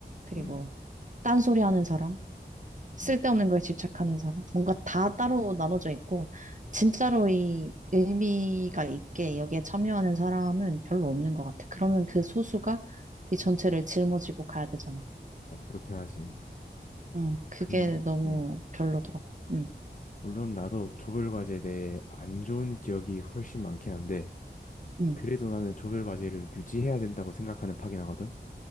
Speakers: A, on the right; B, on the left.
A: 그리고
B: 음,
A: 딴소리 하는 사람, 쓸데없는
B: 음.
A: 거에 집착하는 사람. 뭔가 다 따로 나눠져 있고, 진짜로 이 의미가 있게 여기에 참여하는 사람은 별로 없는 것 같아. 그러면 그 소수가 이 전체를 짊어지고 가야 되잖아.
B: 아, 그렇긴 하지.
A: 응, 그게
B: 근,
A: 너무
B: 음.
A: 별로더라고. 응,
B: 물론 나도 조별 과제에 대해 안 좋은 기억이 훨씬 많긴 한데
A: 응,
B: 그래도 나는 조별 과제를 유지해야 된다고 생각하는 파긴 하거든.